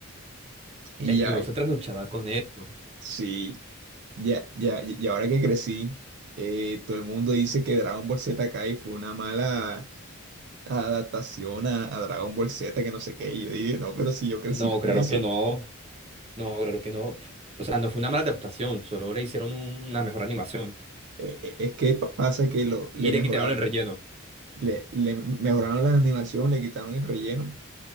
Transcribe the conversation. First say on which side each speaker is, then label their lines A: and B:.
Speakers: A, on the right (about 50°); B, on the right (about 25°).
A: y
B: Es
A: ya,
B: que uno se trasnochaba con esto.
A: sí. Ya, ya, y y ahora que crecí, eh, todo el mundo dice que Dragon Ball Z Kai fue una mala adaptación a, a Dragon Ball Z, que no sé qué. Y yo dije, no, pero si yo crecí
B: No,
A: con
B: claro
A: eso.
B: que no. No, claro que no. O sea, no fue una mala adaptación, solo le hicieron un- una mejor animación
A: Eh, eh, es que pa- pasa que lo, le
B: y
A: mejoraron,
B: le quitaron el relleno.
A: le, le mejoraron la animación, le quitaron el relleno